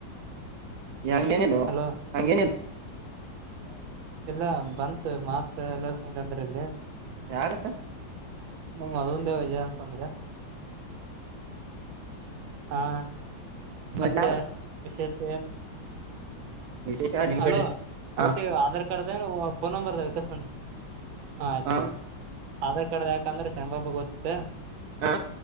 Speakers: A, on the right; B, on the right.
A: ಯ ಹಗೆೇನೆದ
B: ಅಲೋ
A: ಹಗೆನೆ
B: ಇಲ್ಲ ಬಂತ ಮಾತ್ ಎಲ್ಲ ಅಂದ್ರ ಇಲ್ಲಿ
A: ಯಾರು
B: ನ್ ಮದ್ನ್ ದೇವ ವಿಜಯ ಅಂತ ಅಂದ್ರೆ ಹಾ
A: ಮಜಾಗ
B: ಮತ್ತೆ ವಿಶೇಷ ಏನ್
A: ವಿಶೇಷ ನಿಮ್
B: ಅಲೋ
A: ಕಡೆ ಹಾ
B: ಒಟ್ಟಿ ಆಧಾರ್ ಕಡೆದ ಏನು ಫೋನ್ ನಂಬರ್ದ ವಿಕಸ ಹ ಆಯ್ತು
A: ಹಾ
B: ಆಧಾರ್ ಕಾರ್ಡ್ ಯಾಕಂದ್ರೆಂಬಾಬ ಗೊತ್ತೆ
A: ಹಾ